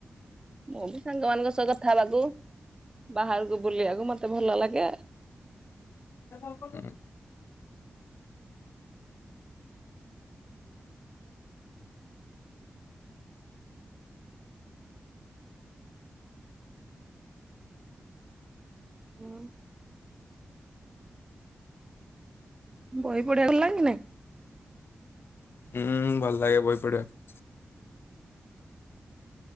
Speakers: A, on the right; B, on the left.
A: ମୁଁ ବି ସାଙ୍ଗମାନାନଙ୍କ ସହ କଥାବାବୁ ବାହାରକୁ ବୁଲିବାକୁ ମତେ ଭଲ ଲାଗେ।
B: <unintelligible>
A: ହଁ। ବହି ପଢିଆକୁ ଭଲ ଲାଗେ ନାଇଁ କି?
B: ହୁଁ ଭଲ ଲାଗେ ବହି ପଢିବାକୁ।